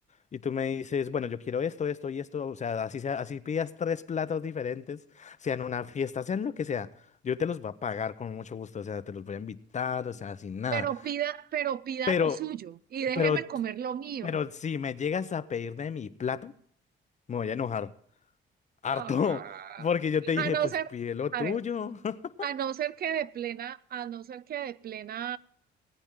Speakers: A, on the left; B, on the right.
A: y tú me dices, bueno, yo quiero esto, esto y esto, o sea, así sea, así pidas tres platos diferentes, sean una fiesta, sean lo que sea, yo te los voy a pagar con mucho gusto, o sea, te los voy a invitar, o sea, sin nada.
B: Pero pida, pero pida
A: Pero,
B: lo suyo y déjeme
A: pero,
B: comer lo mío.
A: pero si me llegas a pedir de mi plato, me voy a enojar harto,
B: Ah,
A: <laughs> porque yo te dije,
B: a no
A: pues
B: ser,
A: pide lo
B: a
A: tuyo
B: ver,
A: <laughs>
B: a no ser que de plena, a no ser que de plena